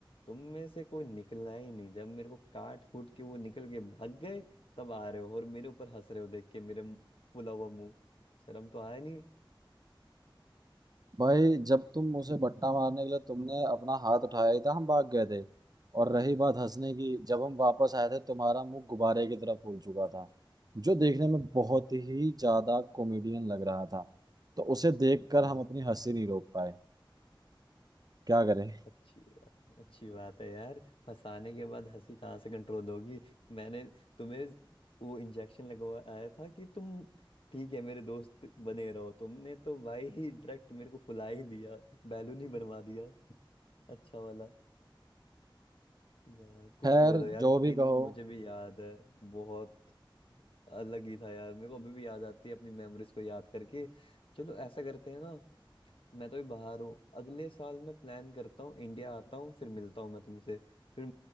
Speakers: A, on the left (about 85°); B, on the right (about 45°).
A: तुम में से कोई निकला ही नहीं जब मेरे को काट कूट के वो निकल के भाग गए तब आ रहे हो और मेरे ऊपर हंस रहे हो देख के मेरे मुंह- फूला हुआ मुंह शर्म तो आया नहीं
B: भाई जब तुम उसे बट्टा मारने के लिए तुमने अपना हाथ उठाया ही था हम भाग गए थे और रही बात हंसने की जब हम वापस आए थे तुम्हारा मुंह गुब्बारे की तरह फूल चुका था जो देखने में बहुत ही ज्यादा कॉमेडियन लग रहा था तो उसे देखकर
A: हाँ
B: हम अपनी हंसी नहीं रोक पाए क्या करें
A: अच्छी अच्छी बात है यार फंसाने के बाद हंसी कहाँ से कंट्रोल होगी मैंने तुम्हें वो इंजेक्शन लगवाया था कि तुम ठीक है मेरे दोस्त बने रहो तुमने तो भाई ही डायरेक्ट मेरे को फुला ही दिया बैलून ही बनवा दिया अच्छा वाला यार कुछ
B: खैर
A: भी बोलो यार
B: जो
A: वो दिन
B: भी कहो
A: मुझे भी याद है बहुत अलग ही था यार मेरे को अभी भी याद आती है अपनी मेमोरीज को याद करके चलो ऐसा करते हैं ना मैं तो भी बाहर हूँ अगले साल मैं प्लान करता हूँ इंडिया आता हूँ फिर मिलता हूँ मैं तुमसे फिर